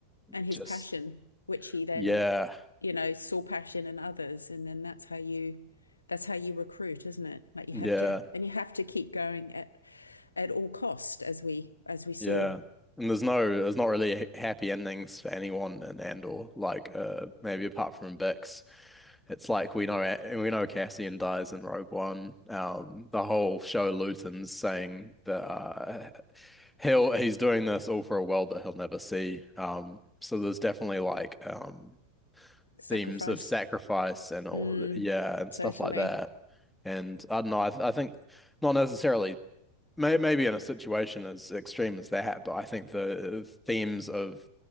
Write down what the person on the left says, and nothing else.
And his
passion, which he then,
you know, saw passion in others. And then that's how you that's how you recruit, isn't it? Like you
have to and you have to keep going at at all cost as we as we saw.
Sacrifice.
Mm,
totally.